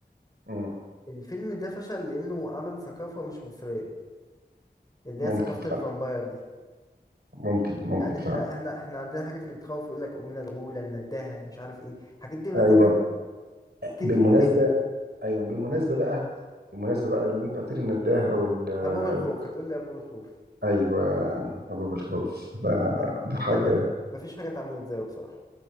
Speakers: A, on the right (about 65°); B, on the left (about 20°).
A: مم.
B: الفيلم ده فشل لانه عمل ثقافة مش مصرية اللي
A: ممكن
B: هي ثقافة
A: فعلا
B: الفامباير دي
A: ممكن ممكن
B: يعني
A: فعلا
B: احنا احنا احنا عندنا حاجات اللي بتخوف يقول لك امنا الغولة النداهة مش عارف ايه الحاجات دي لو
A: ايوه
B: اتعملت تقلب
A: بالمناسبه
B: الدنيا
A: ايوه بالمناسبه بقى بالمناسبه بقى اللي انت قلت لي النداهه وال
B: ابواب الخوف
A: <laughs>
B: هتقول لي ابواب الخوف
A: ايوه ابواب الخوف ده
B: لا ده
A: ده
B: ده,
A: حاجه
B: ده مفيش حاجة اتعملت زيه بصراحة